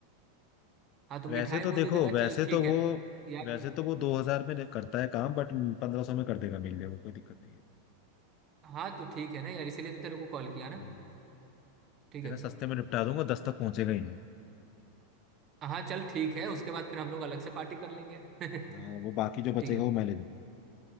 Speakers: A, on the right (about 35°); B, on the left (about 45°).
A: हाँ तो
B: वैसे
A: मिठाई
B: तो
A: वो
B: देखो
A: दे देगा चल
B: वैसे
A: ठीक
B: तो वो
A: है यार
B: वैसे तो वो दो हजार में नहीं करता है काम बट पंद्रह सौ में कर देगा मिल जाएगा कोई दिक्कत नहीं है
A: हाँ तो ठीक है ना यार इसीलिए तो तेरे को कॉल किया ना
B: हम्म,
A: ठीक
B: तेरा
A: है
B: सस्ते में निपटा दूंगा दस तक पहुंचेगा ही नहीं
A: हाँ चल ठीक है उसके बाद फिर हम लोग अलग से पार्टी कर लेंगे <laughs>
B: हाँ वो बाकी जो बचेगा
A: ठीक है
B: वो मैं ले लूंगा